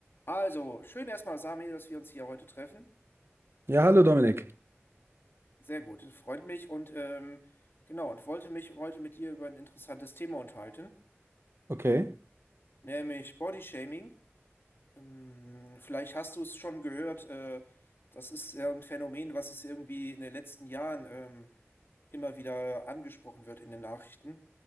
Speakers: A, on the left (about 55°); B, on the right (about 60°).
A: Also, schön erstmal, Sami, dass wir uns hier heute treffen.
B: Ja, hallo Dominik.
A: Sehr gut, freut mich und ähm, genau, und wollte mich heute mit dir über ein interessantes Thema unterhalten,
B: Okay.
A: nämlich Bodyshaming. Ähm, vielleicht hast du es schon gehört, äh, das ist ja ein Phänomen, was es irgendwie in den letzten Jahren ähm, immer wieder angesprochen wird in den Nachrichten.